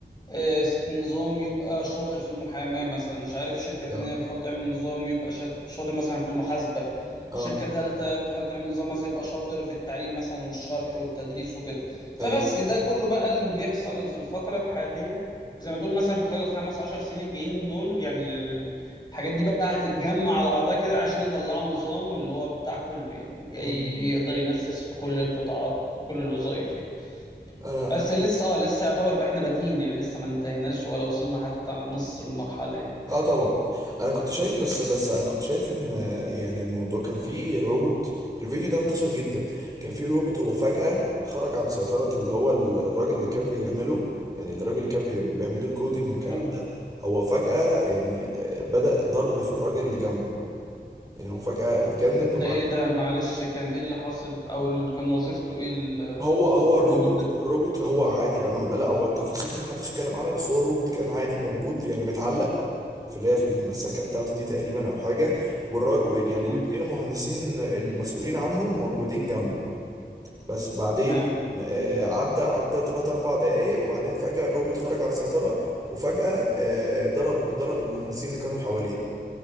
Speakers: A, on the left; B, on the right.
A: آه، نظام يبقى شاطر في المحاماة مثلا مش عارف شركة تانية
B: اه
A: بتحاول تعمل نظام يبقى شاط- شاطر مثلا في المحاسبة
B: اه
A: شركة تالتة بتحاول تعمل نظام مثلا يبقى شاطر في التعليم مثلا والشرح والتدريس وكده
B: اي
A: فبس ده كله بقى اللي بيحصل في الفترة الحالية زي ما تقول مثلا في خلال الخمس عشر سنين الجايين دول يعني ال- الحاجات دي بقى هتتجمع على بعضها كده عشان يطلعوا نظام اللي هو بتاع كله يعني جاي
B: مم.
A: يقدر ينفذ في كل القطاعات بكل الوظائف يعني
B: انا
A: بس لسه لسه يعتبر احنا بادئين يعني لسه ما انتهيناش ولا وصلنا حتى نص المرحلة يعني
B: اه طبعا انا كنت شايف بس بس انا كنت شايف ان آه، يعني الموضوع كان فيه روبوت الفيديو ده انتشر جدا كان فيه روبوت هو فجأة خرج عن سيطرة اللي هو ال- الراجل اللي كان بيعمله يعني الراجل اللي كان بي- بيعمله الكودينج والكلام
A: مم.
B: ده هو فجأة يعني آه، بدأ ضرب في الراجل اللي جنبه يعني هو فجأة اتجنن
A: ده
B: وبعد
A: ايه ده معلش كان ايه اللي حصل او ال- كان وظيفته ايه ال-
B: هو هو
A: الروبوت
B: الروبوت
A: ده
B: الروبوت هو عادي انا لا هو التفاصيل ما حدش اتكلم عنها بس هو الروبوت كان عادي موجود يعني متعلق في اللي هي في المساكه بتاعته دي تقريبا او حاجه والرا... و- يعني
A: مم.
B: واتنين المهندسين المسؤولين عنه موجودين جنبه بس بعدين
A: تمام
B: آه، عدى عدى 3 4 دقايق وبعدين فجأة الروبوت خرج عن السيطرة وفجأة آه، ضرب ضرب المهندسين اللي كانوا حواليه